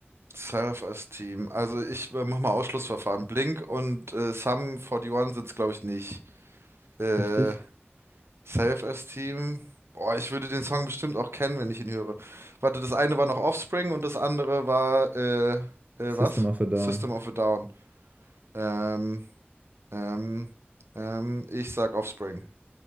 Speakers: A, on the right; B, on the right.
A: Self-Esteem. Also ich äh, mach mal Ausschlussverfahren. Blink und äh, Sum 41 sind's, glaube ich, nicht. Äh,
B: Richtig?
A: Self-Esteem. Boah, ich würde den Song bestimmt auch kennen, wenn ich ihn höre. Warte, das eine war noch Offspring und das andere war, äh, äh,
B: System
A: was?
B: of a Down.
A: System of a Down. Ähm, ähm, ähm, ich sag Offspring.